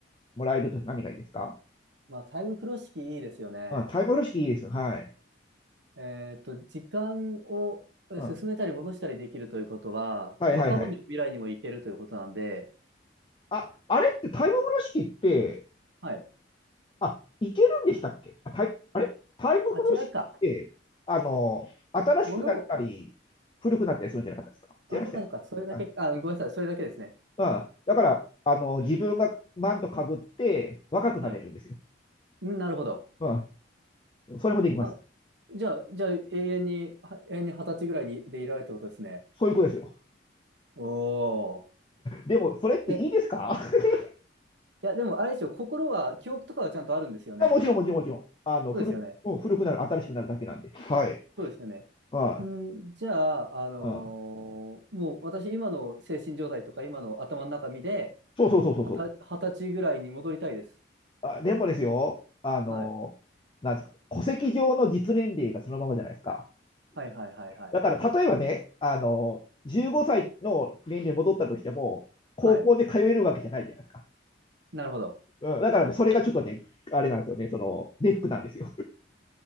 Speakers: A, on the left; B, on the right.
A: もらえると何がいいですか
B: まあ、タイム風呂敷いいですよね。
A: まあタイムロ式いいです。はい。
B: えっと、時間をえ進めたり戻したりできるということは、
A: うん、はいはいはい。
B: まあ、過去にも未来にも行けるということなんで、
A: あ、あれってタイム風呂敷って、
B: はい。
A: あ、いけるんでしたっけあ、タイ、あれタイム風呂敷って、
B: あ、違うか。
A: あの、新しくなったり、
B: ものを、
A: 古くなったりするんじゃなかったですか違いましたよ。
B: あ、そうかそうか。それだけ、
A: あ、
B: あ、ごめんなさい。それだけですね。
A: まあ、だから、あの、自分がマントかぶって若くなれるんですよ。
B: はい。うん、なるほど。
A: まあ、それもできます。
B: あ、じゃあ、じゃあ、永遠に、は永遠に二十歳ぐらいにでいられるってことですね。
A: そういうことですよ。
B: おー。
A: でも、それっていいですか
B: え、い
A: <laughs>
B: や、でも、あれでしょ、心は、記憶とかはちゃんとあるんですよね。
A: あもちろん、もちろん、もちろん。あの、
B: そうですよね。
A: 古く、うん古くなる、新しくなるだけなんで。はい。
B: そうですよね。
A: あ
B: ん、じゃあ、あのーもう私、
A: あ、ああ
B: 今の精神状態とか、今の頭の中身で、
A: そうそうそうそうそう。
B: はた、二十歳ぐらいに戻りたいです。
A: あ、でもですよ、あの、
B: はい。
A: なんですか、戸籍上の実年齢がそのままじゃないですか。
B: はいはいはいはい。
A: だから、例えばね、あの、15歳の年齢に戻ったとしても、高校で通えるわけじゃないじゃないですか。
B: はい。なるほど。
A: うん、だからね、それがちょっとね、あれなんですよね、その、ネックなんですよ。